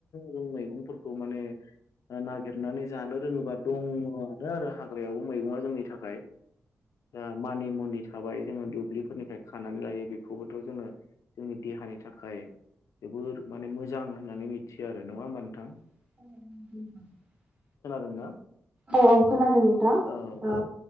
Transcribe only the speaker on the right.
<inaudible>
औ औ खोनादों नोंथां
ओ